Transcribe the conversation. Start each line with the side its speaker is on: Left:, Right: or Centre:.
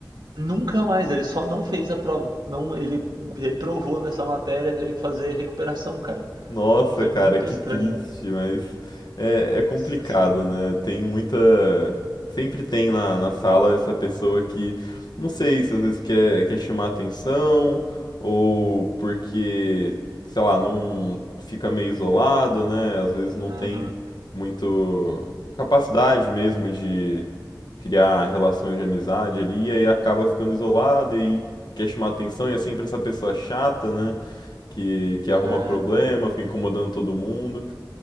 Right: Nunca mais, ele só não fez a prova. Não, ele reprovou nessa matéria, teve que fazer recuperação, cara.
Left: Nossa,
Right: Foi
Left: cara,
Right: muito
Left: que
Right: estranho.
Left: triste, mas é, é complicado,
Right: Nossa senhora.
Left: né? Tem muita. Sempre tem na, na sala essa pessoa que, não sei se às vezes quer, quer chamar atenção, ou porque, sei lá, não fica meio isolado, né? Às vezes não
Right: Aham.
Left: tem muito capacidade mesmo de criar relações de amizade ali, e aí acaba ficando isolado e quer chamar atenção, e é sempre essa pessoa chata, né? que, que arruma
Right: É,
Left: problema, fica incomodando todo mundo.